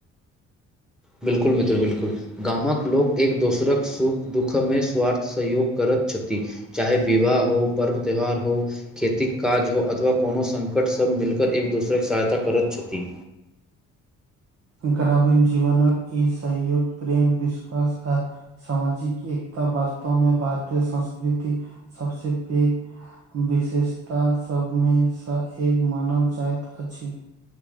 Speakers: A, in the centre; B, on the right (about 55°).
A: बिल्कुल मित्र बिल्कुल गामक लोक एक दोसरक सुख दुःख मे स्वार्थ सहयोग करति छथि चाहे विवाह हो पर्व त्योहार हो खेती काज हो अथवा कोनो संकट सब मिलकर एक दोसरे के सहायता करति छथि
B: ग्रामीण जीवनक ई सहयोग प्रेम विश्वास आ सामाजिक एकता वास्तव मे भारतीय संस्कृति सबसे पेघ विशेषता सभ मे सँ एक मानल जाइत अछि